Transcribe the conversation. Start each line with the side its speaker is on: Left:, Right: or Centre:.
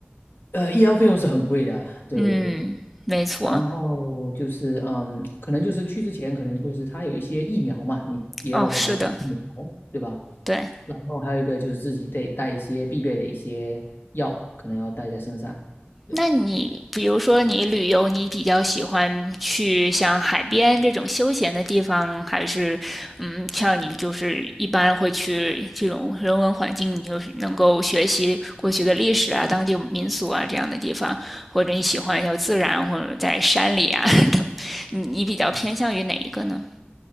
Left: 呃，医疗费用是很贵的啊对对对对。
Centre: 嗯，没错。
Left: 然后就是，嗯，可能就是去之前，可能就是他有一些疫苗嘛，你也要打一些疫苗，
Centre: 哦，是的，
Left: 对吧？
Centre: 对。
Left: 然后还有一个就是自己得带一些必备的一些药，可能要带在身上。对，
Centre: 那你比如说你旅游，你比较喜欢去像海边这种休闲的地方，还是嗯，像你就是一般会去这种人文环境，你就是能够学习过去的历史啊、当地民俗啊这样的地方，或者你喜欢要自然，或者在山里啊 <laughs> 等，你你比较偏向于哪一个呢？
Left: 嗯。